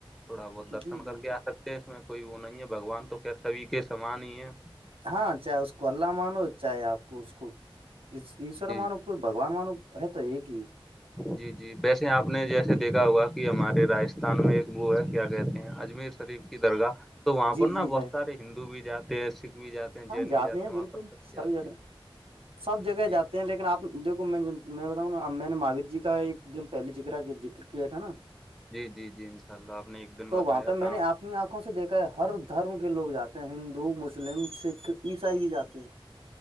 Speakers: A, in the centre; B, on the right.
A: تھوڑا بہت درشن
B: جی
A: کر
B: جی
A: کے آ سکتے ہیں اس میں کوئی وہ نہیں ہے بگوان تو کہ سبھی کے سامان ہی ہے
B: ہاں چاہے اس کو اللہ مانو چاہے آپ کو اس کو ایشور
A: جی
B: مانو کوئی بگوان م ن ہے تو یہ کی
A: جی جی ویسے آپ نے جیسے دیکھا ہوا کہ ہمارے راجستھان میں ایک وہ ہے کیا کہتے ہیں اجمیر شریف درگاہ تو وہاں
B: جی
A: پر نا
B: جی
A: بہت
B: ہے
A: سارے ہندو بھی جاتے ہیں سکھ بھی جاتے ہیں
B: ہاں
A: جین
B: جاتے
A: بھی
B: ہیں بالکل
A: وہاں پر سب
B: سبھی
A: جاتے
B: جگہ سب جگہ
A: ہیں جی
B: جاتے لیکن آپ دیکو میں میں بتاؤں نا میں نے مہایر جی کا ایک دن پہے کر ذکر کیا تھا نا
A: جی جی جی ان شاء اللہ آپ نے ایک دن
B: تو
A: بتایا
B: وہاں پہ میں
A: تھا
B: نے اپنی آنکھوں سے دیکھا ہے ہر دھرم کے لوگ جاتے ہیں ہندو مسلم سکھ عیساائی بھی جاتے ہیں